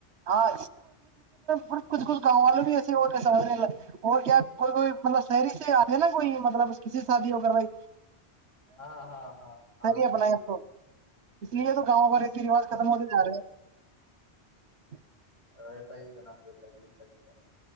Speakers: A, on the right; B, on the left.
A: ہاں کچھ کچھ گاؤں والوں بھی ایسے اور سمجھنے اور کیا کوئیئی مطلب شہری سے آ ج نا کوئی مطلب کسی سے شادی ہو کر بھائی
B: ہاں ہاں ہاں
A: شہری
B: ہاں
A: اپنائے
B: بالکل
A: اب
B: جناب
A: تو اس لیے تو گاؤں بے <unintelligible> روج ختم ہوتے جا رہے ہیں <unintelligible>
B: رہت ہی جنا <unintelligible> ج یہ صحیح ہے <unintelligible>